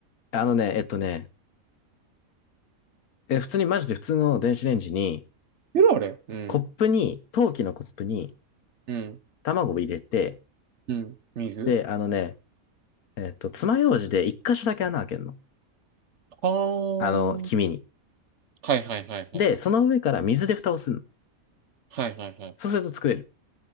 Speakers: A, on the left; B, on the right.
A: あのね、えっとね、え、普通にマジで普通の電子レンジに、
B: ゆるあれうん。
A: コップに、陶器のコップに
B: うん。
A: 卵を入れて、
B: うん。水
A: で、あのね、えっと、爪楊枝で一箇所だけ穴開けるの。
B: はーん。
A: あの、黄身に。
B: はいはいはいはい。
A: で、その上から水で蓋をするの。
B: はいはいはい。
A: そうすると作れる。